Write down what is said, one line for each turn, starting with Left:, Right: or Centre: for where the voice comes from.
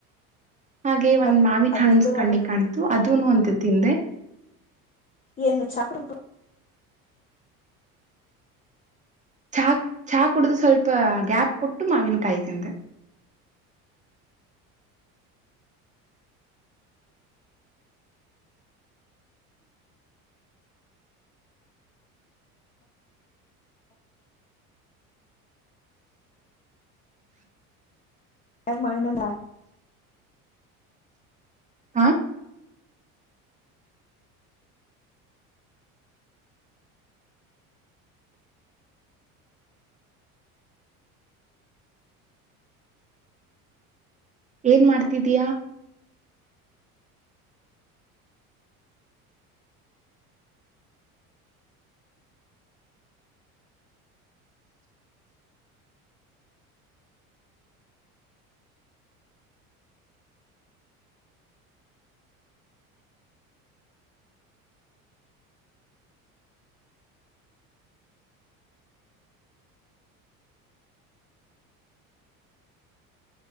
Right: ಹಾಗೆ ಒಂದ್
Left: ಮತ್
Right: ಮಾವಿನ
Left: ಅದೊಂದೇ
Right: ಹಣ ಕಣ್ಣಿ
Left: ಮಾಡಕ್
Right: ಕಾಣ್ತು ಅದನು ಒ ತಿಂದೆ
Left: ಏನು ಚಕಡು
Right: ಚಾ ಚಾ ಕುಡ್ದ ಸ್ವಲ್ಪ ಗ್ಯಾಪ್ ಕೊಟ್ಟು ಮಾವಿನ ಕಾಯಿ ತಿಂದೆ
Left: ಯಗ ಮಿನದಾ
Right: ಹಾ ಏನ್ ಮಾಡ್ತಿದೀಯಾ